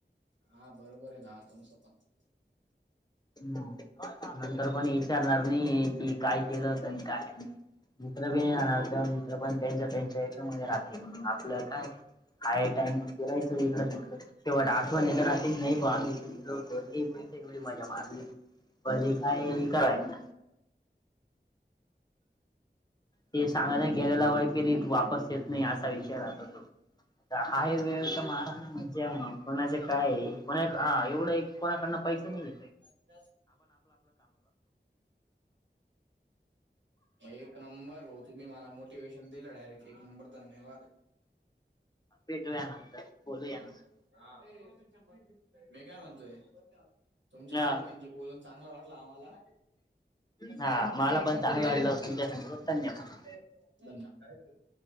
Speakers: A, on the right (about 80°); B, on the left (about 20°).
A: हा बरोबर आहे, दादा तुमच पण.
B: नंतर कोणी विचारणार नाही, ये कि काय केलं आणि काय नाही. मित्र पण नाही राहणार मित्र पण त्यांच्या त्यांच्या ह्याच्यामध्ये राहतील. तिला काय हाय हा टाईम. फिरायचं इकंत तेव आठवणी नाही ब होतो बोल एवढी मजा मारत. <unintelligible> भले काहीही करायचं. ते सांगा
A: हम्म
B: नाही गेलेला वेळ कली वापस येत नाही असा विषय राहतो तो. आहे जर तर मारा ना मज्जा, कोणाचा काय हाय परत एवढा. पैसे नाही येत.
A: <unintelligible> एक नंबर भाऊ, तुम्ही मला मोटिवेशन दिलं, डायरेक्ट एक नंबर धन्यवाद.
B: भेटूया नंतर बोलू या नंतर.
A: हा मी काय म्हणतोय तुमच्याशी
B: हा
A: म्हणजे. बोलून चांगला वाटला आम्हाला.
B: हा मला पण
A: हम्म.
B: चांगलं वाटल, संघ धन्यवाद.
A: <unintelligible>